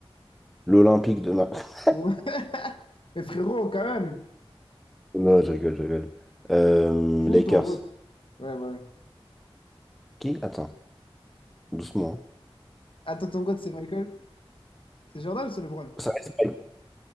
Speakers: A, in the centre; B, on the left (about 60°).
A: L'Olympique de Marseille. <laughs>
B: Ouais. <laughs> Mais frérot, quand même,
A: Non, je rigole, je rigole. Euh,
B: joue
A: Lakers.
B: ton goat. Ouais, voilà.
A: Qui? Attends, doucement. hein.
B: Attends, ton goat, c'est Michael? C'est Jordan ou c'est LeBron?
A: Ça reste Mike.